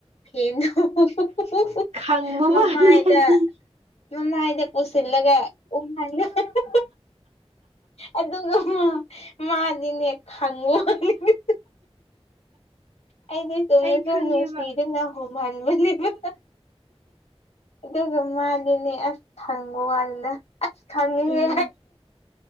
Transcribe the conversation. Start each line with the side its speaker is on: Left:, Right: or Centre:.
Left: ꯐꯦꯟꯗꯣ <unintelligible> <unintelligible>
Right: ꯈꯪꯕ
Left: ꯃꯃꯥꯏꯗ
Right: ꯃꯥꯜꯂꯤ ꯑꯩꯗꯤ
Left: ꯃꯃꯥꯏꯗ ꯄꯨꯁꯤꯜꯂꯒ ꯎ <unintelligible> ꯑꯗꯨꯒ ꯃꯥ ꯃꯥꯗꯤꯅꯦ ꯈꯪꯉꯣ <unintelligible> ꯑꯩꯗꯤ ꯆꯨꯝꯅ
Right: ꯑꯩ
Left: ꯁꯨꯝ
Right: ꯈꯪꯉꯦꯕ
Left: ꯅꯨꯡꯁꯤꯗꯅ ꯍꯣꯡꯍꯟꯕꯅꯦꯕ ꯑꯗꯨꯒ ꯃꯥꯗꯤꯅꯦ ꯑꯁ ꯈꯪꯕ ꯋꯥꯅꯤꯅ ꯑꯁ ꯈꯪꯉꯤꯍꯦ
Right: ꯎꯝ